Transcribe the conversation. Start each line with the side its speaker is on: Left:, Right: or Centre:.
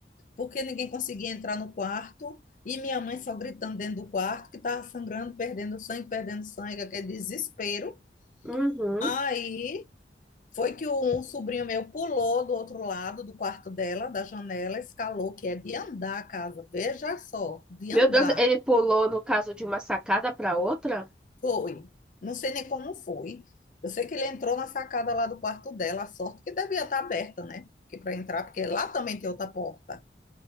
Left: porque ninguém conseguia entrar no quarto. E minha mãe só gritando dentro do quarto, que estava sangrando, perdendo sangue, perdendo sangue, aquele desespero.
Centre: Uhum.
Left: Aí foi que um sobrinho meu pulou do outro lado do quarto dela, da janela, escalou, que é de andar a casa. Veja só, de
Centre: Meu
Left: andar.
Centre: Deus, ele pulou no caso de uma sacada pra outra?
Left: Foi. Não sei nem como foi. Eu sei que ele entrou na sacada lá do quarto dela, a sorte que devia estar aberta, né? Porque para entrar, porque lá também tem outra porta.